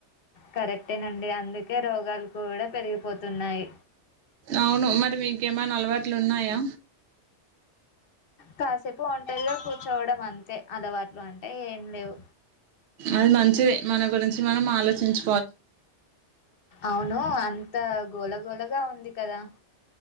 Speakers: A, on the left (about 55°); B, on the right (about 70°).
A: కరెక్టేనండి అందుకే రోగాలు కూడా పెరిగిపోతున్నాయి
B: ఔను మరి మీకేమన్నా అలవాట్లు ఉన్నాయా
A: కాసేపు ఓంటరిగా కూర్చోవడం అంతే అలవాట్లు అంటే ఏం లేవు
B: అది మంచిది మన గురించి మనం ఆలోచించ్
A: ఔను అంత గోళగోళగా ఉంది కదా